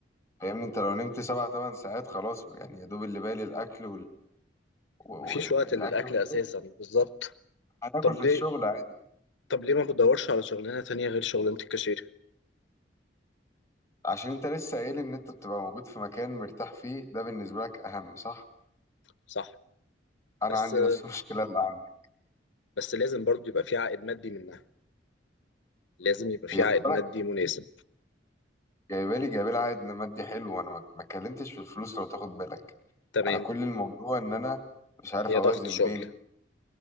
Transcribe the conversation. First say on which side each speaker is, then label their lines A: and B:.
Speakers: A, on the left (about 15°); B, on the left (about 85°).
A: فاهمني انت لو نمت سبع تمن ساعات خلاص يعني يا دوب اللي بالي الاكل والاكل
B: مفيش وقت للأكل
A: في
B: أساسا
A: الشغل
B: بالظبط
A: هتاكل
B: طب
A: في
B: ليه
A: الشغل عادي
B: طب ليه ما بدورش على شغلانة تانية غير شغلانة الكاشير
A: عشان انت لسه قايل ان انت بتبقى موجود في مكان مرتاح فيه ده بالنسبه لك اهم صح
B: صح
A: انا
B: بس
A: عندي نفس <laughs> المشكله اللي عندك
B: بس لازم برضو يبقى في عائد مادي منها لازم يبقى في
A: هي
B: عائد
A: خد بالك
B: مادي مناسب
A: جايبه لي جايبه لي عائد مادي حلو وانا ما ما اتكلمتش في الفلوس لو تاخد بالك
B: تمام
A: انا كل الموضوع ان انا مش عارف
B: هي
A: اوازن
B: ضغط شغل
A: بين